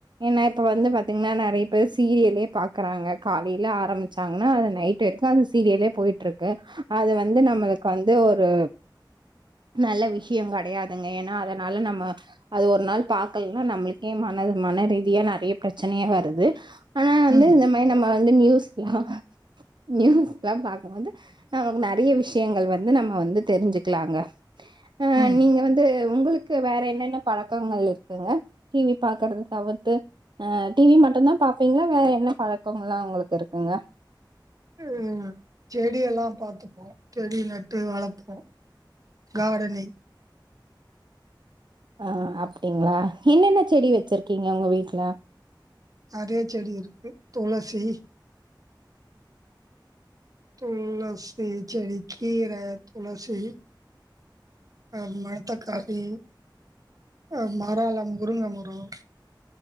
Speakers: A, on the right; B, on the right.
A: ஏன்னா இப்ப வந்து பாத்தீங்கன்னா நிறைய பேர் சீரியலே பாக்குறாங்க காலையில ஆரம்பிச்சாங்கன்னா அது நைட் வரைக்கும் அந்த சீரியலே போயிட்டு ட்ருக்கு அது வந்து நம்மளுக்கு வந்து ஒரு நல்லெ வி ஷியம் கெடையாதுங்க ஏனா அதனால நம்ம அது ஒரு நாள் பாக்கலன்னா நம்ளுக்கே மனது மன ரீதியா நெறைய பிரச்சனையா வருது ஆனா வந்து
B: ம்
A: இந்த மாரி நம்ம வந்து நியூஸ்லா நியூஸ்லாம் பாக்கும் போது நமக்கு நெறைய விஷ்யங்கள் வந்து நம்ம வந்து தெரிஞ்சுக்லாங்க அஹ்
B: ம்
A: நீங்க வந்து உங்ளுக்கு வேற என்னென்ன பழக்கங்கள் இருக் குங்க டிவி பாக்குறத தவிர்த்து அஹ் டிவி மட்டும்தான் பாப்பீங்கள வேற என்ன பழக்கங்லாம் உங்ளுக்கு இருக்குங்க
B: உஹம் செடிய எல்லாம் பாத்துப்போம் செடி நட்டு வளப்போம் கார்டென்னிங்
A: அஹ் அப்டிங்களா என்னென்ன செடி வச்சிருக்கிங்க உங்க வீட்லெ
B: நெறைய செடி இருக்கு துளசி துளசி செடி கீரை துளசி அஹ் மனத்தக்காளி அஹ் மரோல்லாம் முருங்க மரம்